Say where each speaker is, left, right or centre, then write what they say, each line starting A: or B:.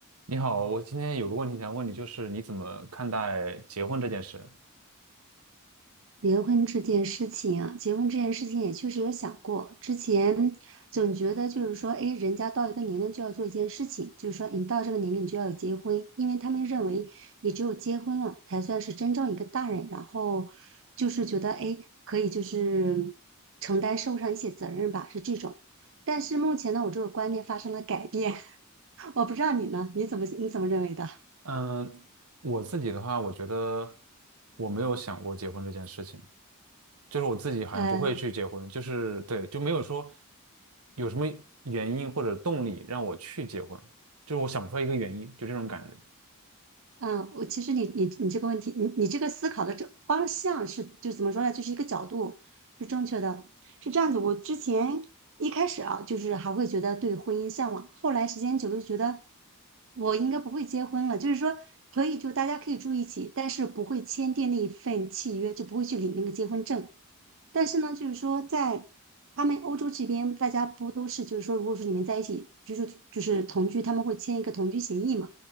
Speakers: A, on the right (about 80°); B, on the right (about 60°).
A: 你好，我今天有个问题想问你，就是你怎么看待结婚这件事？
B: 结婚这件事情啊，结婚这件事情也确实有想过。之前总觉得就是说，哎，人家到一个年龄就要做一件事情，就是说你到这个年龄你就要结婚，因为他们认为你只有结婚了才算是真正一个大人，然后就是觉得哎，诶可以就是承担社会上一些责任吧，是这种。但是目前呢，我这个观念发生了改变，<laughs> 我不知道你呢，你怎么你怎么认为的？
A: 嗯，我自己的话，我觉得我没有想过结婚这件事情，就是我自己好像不会去结婚，
B: 呃。
A: 就是对，就没有说有什么原因或者动力让我去结婚，就是我想不出来一个原因，就这种感觉。
B: 嗯，我其实你你你这个问题，你你这个思考的这方向是就怎么说呢？就是一个角度是正确的，是这样子。我之前一开始啊，就是还会觉得对婚姻向往，后来时间久了就觉得我应该不会结婚了。就是说，可以就大家可以住一起，但是不会签订那一份契约，就不会去领那个结婚证。但是呢，就是说在他们欧洲这边，大家不都是就是说，如果说你们在一起居住，就是同居，他们会签一个同居协议嘛？